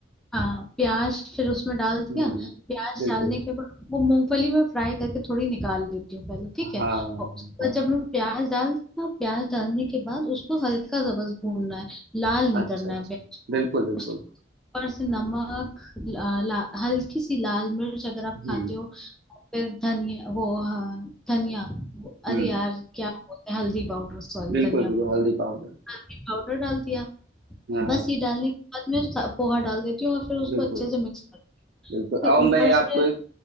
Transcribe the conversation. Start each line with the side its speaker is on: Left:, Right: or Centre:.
Centre: हाँ प्याज फिर उसमें डाल दिया
Right: हम्म
Centre: प्याज
Right: बिल्कुल
Centre: डालने के बाद वो मूंगफली में फ्राई करके थोड़ी निकाल लेती हूँ पहले ठीक
Right: हाँ
Centre: है
Right: हाँ
Centre: और उसके
Right: हाँ
Centre: बाद जब मैं प्याज डाल दिया प्याज डालने के बाद उसको हल्का सा बस भूनना है लाल नहीं
Right: अच्छा
Centre: करना
Right: अच्छा
Centre: है प्याज
Right: बिल्कुल
Centre: को
Right: बिल्कुल
Centre: उसके ऊपर से नमक ला, ला, हल्की सी लाल मिर्च अगर आप
Right: हम्म
Centre: खाते हो फिर धनिया वो हाँ, धनिया वो-
Right: हम्म
Centre: अरे यार क्या बोलते हैं हल्दी पाउडर सॉरी
Right: बिल्कुल
Centre: धनिया
Right: बिल्कुल
Centre: बोल रही
Right: हल्दी
Centre: हूँ।
Right: पाउडर
Centre: हल्दी पाउडर डाल दिया
Right: हाँ
Centre: बस
Right: हाँ
Centre: ये डालने के बाद मैं सा- पोहा डाल देती हूँ और फिर उसको
Right: बिल्कुल
Centre: अच्छे से मिक्स कर
Right: बिल्कुल
Centre: फिर
Right: अब मैं
Centre: ऊपर से
Right: आपको एक